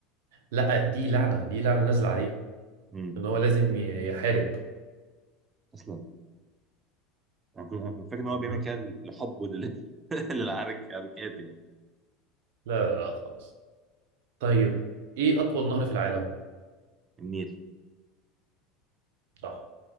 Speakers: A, on the right (about 70°); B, on the right (about 25°).
A: لا دي لعنه دي لعنه نازله عليه
B: امم
A: ان هو لازم ي- يحارب
B: اصلا انا كنت أنا كنت فاكر ان هو
A: مهم.
B: بيعمل كده لحبه لل- <laughs> للعرك حركات يعني
A: لا لا لا خالص طيب ايه اطول نهر في العالم
B: النيل
A: صح